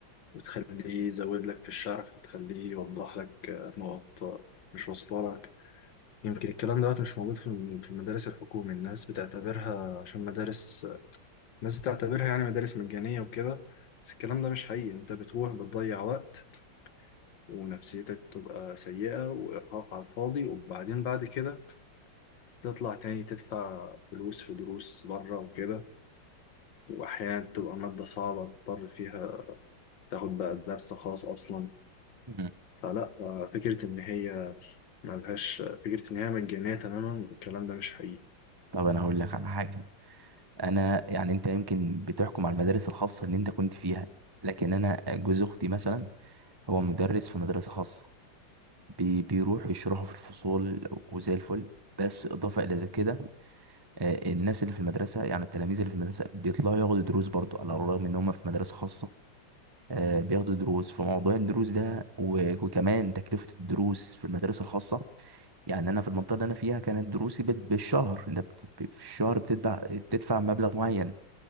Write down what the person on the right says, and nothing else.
مم.
طب انا هقول لك على حاجة انا يعني انت يمكن بتحكم على المدارس الخاصه اللي انت كنت فيها لكن انا جوز اختي مثلا هو مدرس في مدرسه خاصه بي بيروح يشرحه في الفصول وزي الفل بس اضافه الى كده آه، الناس اللي في المدرسه يعني التلاميذ اللي في المدرسه بيطلعوا ياخدوا دروس برضو على الرغم ان هم في مدرسه خاصه آه، بياخدوا دروس فموضوع الدروس ده و- وكمان تكلفه الدروس في المدارس الخاصه يعني انا في المنطقه اللي انا فيها كانت دروسي بال- بالشهر انت بت- في الشهر بتدفع بتدفع مبلغ معين